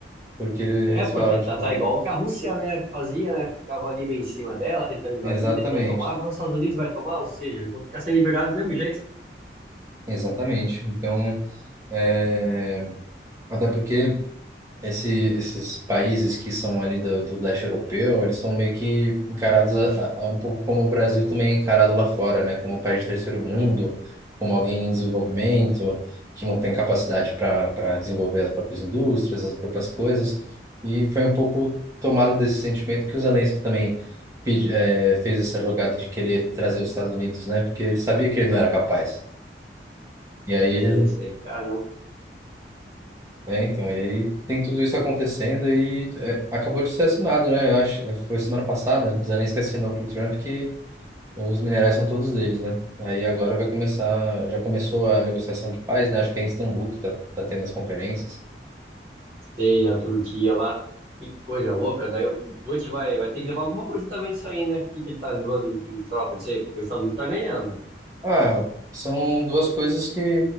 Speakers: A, on the right; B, on the right.
A: Porque eles
B: É, porque
A: falaram, tipo,
B: tá, tá igual o que a Rússia, né, fazia, né? Ficava ali meio em cima dela, tentando invadir,
A: exatamente,
B: tentando tomar. Agora os Estados Unidos vai tomar, ou seja, eles vão ficar sem liberdade do mesmo jeito.
A: exatamente. Então, é, até porque. Esse, esses países que são ali do, do leste europeu, eles são meio que encarados a, a- um pouco como o Brasil também é encarado lá fora, né? Como um país de terceiro mundo, como alguém em desenvolvimento, que não tem capacidade para para desenvolver as próprias indústrias, as próprias coisas. E foi um pouco tomado desse sentimento que o Zelensky também pedi, eh, fez essa jogada de querer trazer os Estados Unidos, né? Porque ele sabia que ele não era capaz. E aí
B: Sei,
A: ele
B: sei, caramba.
A: É, então, e aí tem tudo isso acontecendo e é, acabou de ser assinado, né? Eu acho, é, foi semana passada, o Zelensky assinou pro Trump que os minerais são todos deles, né? Aí agora vai começar, já começou a negociação de paz, né? Acho que é em Istambul que tá, tá tendo as conferências.
B: Sei, a Turquia lá. Que coisa louca. Daí o, o Putin vai, vai ter que levar alguma coisa também disso aí, né? O que, que ele tá levando em, em troca disso aí? Porque os Estados Unidos tá ganhando.
A: Ah, são duas coisas que,